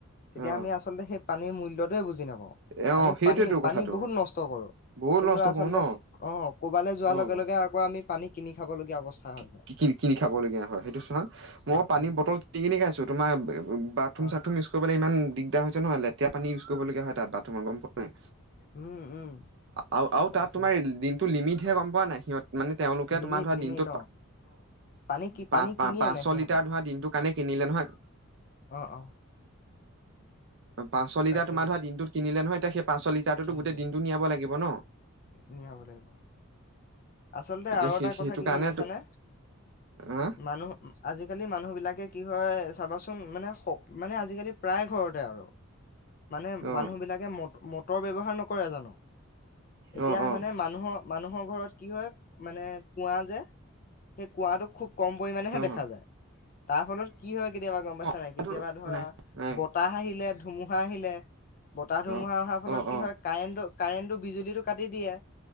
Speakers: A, on the left; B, on the right.
A: তেতিয়া
B: অ
A: আমি আচলতে সেই পানীৰ মূল্যটোৱে বুজি নাপ
B: অ
A: আমি
B: সেইটোয়েতো
A: পানী-পানী
B: কথাটো
A: বহুত নষ্ট কৰো।
B: বহুত
A: কিন্তু
B: নষ্ট
A: আচলতে
B: কৰো ন
A: অ', কবালৈ যোৱাৰ
B: অ
A: লগে লগে আকৌ আমি পানী কিনি খাবলগীয়া অৱস্থা <unintelligible>
B: কি-কিনি খাবলগীয়া হয় সেইটো, <unintelligible> মই
A: অ',
B: পানীৰ
A: অ',
B: বটল ক-কিনি খাইছো। ত' তোমাৰ বাথৰুম
A: অ',
B: চাথৰুম ইউজ কৰিবলৈ ইমান দিগদাৰ হৈছে নহয়, লেতেৰা পানী ইউজ কৰিবলগীয়া হয় তাত বাথৰুমত গম পোৱা নাই।
A: উম, উম,
B: আৰু-আৰু
A: তাকে
B: তাত তোমাৰ দিনটো লিমিট <unintelligible> গম পোৱা নাই, সিহঁত মানে তেওঁলোকে
A: লিমিট
B: তোমাৰ ধৰা
A: লিমিট
B: দিনটোত অ',
A: পানী কি পানী
B: পা-পা-পাঁচশ
A: কিনি আনে সিহঁতে
B: লিটাৰ ধৰা দিনটোৰ কাৰণে কিনিলে নহয়
A: অ', অ'।
B: পাঁচশ লিটাৰ
A: তাকে
B: তোমাৰ ধৰা দিনটোত কিনিলে নহয়, এতিয়া এয়া সেই পাঁচশ লিটাৰটোতো
A: কেনেকে
B: গোটেই দিনটো নিয়াব লাগিব ন'।
A: নিয়াব লাগিব। আচলতে
B: এতিয়া
A: আৰু
B: সেই
A: এটা
B: সেইটো
A: কথা কি
B: কাৰণে
A: গম পাইছানে?
B: হা
A: মানুহ, আজি-কালি মানুহ বিলাকে কি হয় চাবাচোন মানে, মানে আজি-কালি প্ৰায় ঘৰতে আৰু মানে
B: অ
A: মানুহ বিলাকে <unintelligible> মটৰ ব্যৱহাৰ নকৰে জানো? এতিয়া
B: অ অ
A: মানে মানুহৰ মানুহৰ ঘৰত। কি হয় মানে কুঁৱা যে সেই কুঁৱাটোক খুব কম পৰিমাণেহে
B: অ
A: দেখা যায়। তাৰ ফলত কি হয় কেতিয়াবা গম পা
B: অ
A: ছানে? কেতিয়াবা ধৰা
B: নাই নাই
A: বতাহ আহিলে ধুমুহা আহিলে। বতাহ-ধুমুহা
B: অ
A: অহাৰ ফলত
B: অ
A: কি
B: অ
A: হয় কাৰেণ্টটো কাৰেণ্টটো বিজুলীটো কাটি দিয়ে।